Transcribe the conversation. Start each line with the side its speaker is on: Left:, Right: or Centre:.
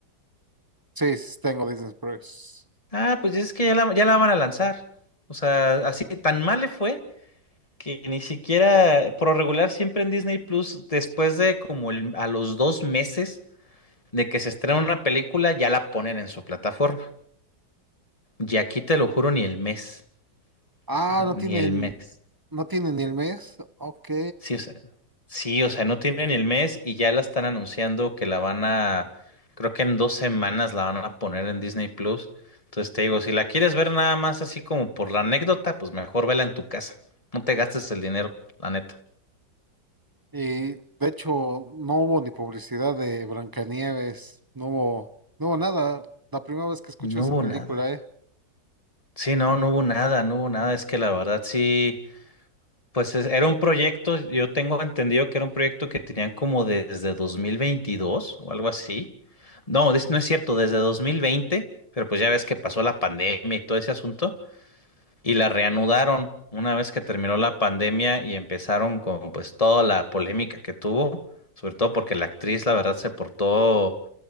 Right: Sí, sí tengo Disney Plus.
Left: Ah, pues es que ya la, ya la van a lanzar. O sea, así tan mal le fue que ni siquiera, por lo regular, siempre en Disney Plus, después de como el- a los dos meses de que se estrena una película, ya la ponen en su plataforma. Y aquí te lo juro, ni el mes.
Right: Ah,
Left: O sea,
Right: no
Left: ni
Right: tienen,
Left: el mes.
Right: no tienen ni el mes. Ok.
Left: Sí, o sea, sí, o sea, no tienen el mes y ya la están anunciando que la van a, creo que en dos semanas la van a poner en Disney Plus. Entonces te digo, si la quieres ver nada más así como por la anécdota, pues mejor vela en tu casa. No te gastes el dinero, la neta.
Right: Y de hecho, no hubo ni publicidad de Blancanieves, no hubo, no hubo nada. La primera vez que escucho
Left: No
Right: esa
Left: hubo
Right: película,
Left: nada.
Right: ¿eh?
Left: Sí, no, no hubo nada, no hubo nada. Es que la verdad sí. Pues es- era un proyecto, yo tengo entendido que era un proyecto que tenían como desde 2022 o algo así. No, des- no es cierto, desde 2020. pero pues ya ves que pasó la pandemia y todo ese asunto y la reanudaron una vez que terminó la pandemia y empezaron con pues toda la polémica que tuvo, sobre todo porque la actriz la verdad se portó